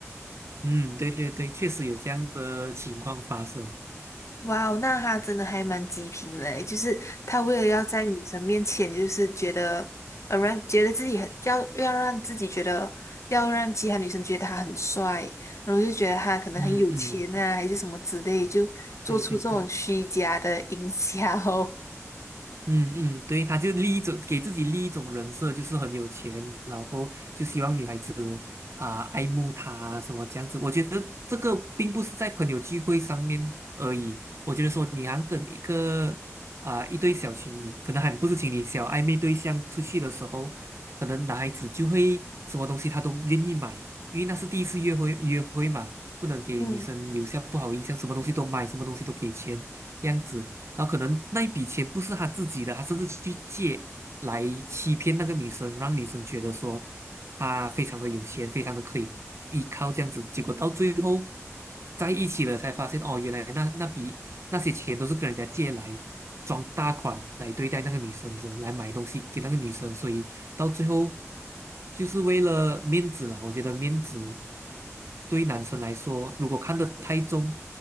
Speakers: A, on the right; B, on the left.
A: 嗯，对对对，确实有这样的情况发生。
B: 哇哦，那他真的还蛮极品嘞！就是他为了要在女生面前，就是觉得，呃，让觉得自己很要要让自己觉得，要让其他女生觉得他很帅，然后就觉得他可能很有钱啊，
A: 嗯嗯，
B: 还是什么之类，就做出这种虚假的营销。
A: 对对对，嗯嗯，对，他就立一种给自己立一种人设，就是很有钱，然后就希望女孩子。啊、爱慕他啊什么这样子。我觉得这个并不是在朋友聚会上面而已，我觉得说你好像跟一个啊、一对小情侣，可能还不是情侣，小暧昧对象出去的时候，可能男孩子就会什么东西他都愿意买，因为那是第一次约会约会嘛。不能给女生留下不好印象，
B: <laughs> 嗯。
A: 什么东西都买，什么东西都给钱，这样子。然后可能那一笔钱不是他自己的，他甚至去借，来欺骗那个女生，让女生觉得说他非常的有钱，非常的可以依靠这样子。结果到最后在一起了，才发现哦，原来那那笔那些钱都是跟人家借来装大款来对待那个女生的，来买东西给那个女生。所以到最后就是为了面子啦，我觉得面子对男生来说，如果看得太重，